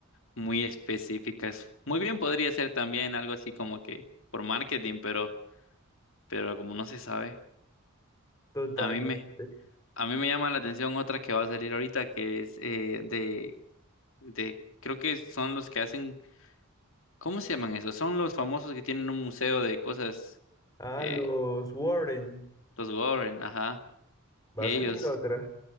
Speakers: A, on the left (about 65°); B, on the left (about 15°).
A: muy específicas. Muy bien podría ser también algo así como que por marketing, pero, pero como no se sabe.
B: Totalmente.
A: A mí me, a mí me llama la atención otra que va a salir ahorita, que es eh, de, de, creo que son los que hacen, ¿cómo se llaman esos? Son los famosos que tienen un museo de cosas,
B: A
A: eh,
B: los Warren.
A: los Warren, ajá. Ellos,
B: Va a salir otra.